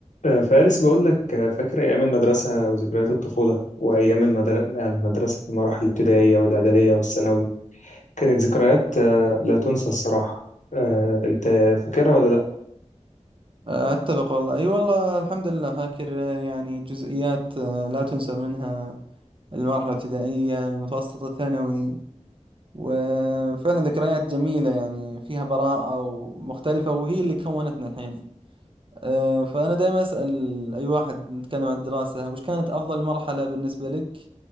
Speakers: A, on the left; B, on the right.
A: آه، فارس بقول لك آه، فاكر أيام المدرسة وذكريات الطفولة وأيام المدر... يعني المدرسة في المراحل الابتدائية والإعدادية والثانوي كانت ذكريات آه، لا تنسى الصراحة آه، أنت فاكرها ولا لأ؟
B: آه، أتفق والله أي والله الحمد لله فاكر آه، يعني جزئيات آه، لا تنسى منها المرحلة الابتدائية المتوسط الثانوي وفعلا ذكريات جميلة يعني فيها براءة ومختلفة وهي اللي كونتنا الحين آه، فأنا دائما أسأل أي واحد نتكلم عن الدراسة وش كانت أفضل مرحلة بالنسبة لك